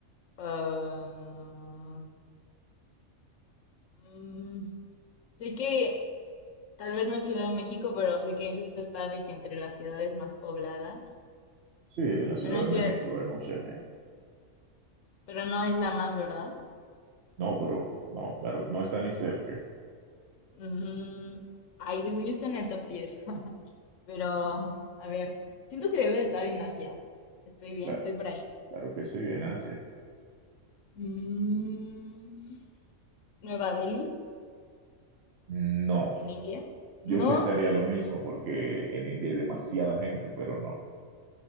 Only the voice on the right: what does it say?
Sí, en la Ciudad
de
México
hay mucha gente.
No, pero no, claro, no está ni cerca.
Cla-
Claro, que sí, en Asia.
No,
yo
pensaría lo mismo porque en India hay demasiada gente, pero no.